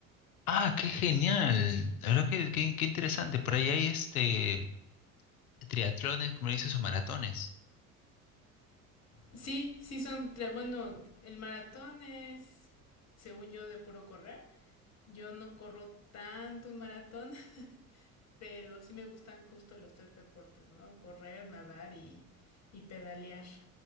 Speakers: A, on the left (about 80°); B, on the left (about 35°).
A: Ah, qué genial. La verdad que qué, interesante. Por ahí hay este triatlones, como le dices, o maratones.
B: Sí, sí son tres. Bueno, el maratón es, según yo, de puro correr. Yo no corro tanto un maratón, <laughs> pero sí me gustan justo los tres deportes, ¿no? Correr, nadar y, y pedalear.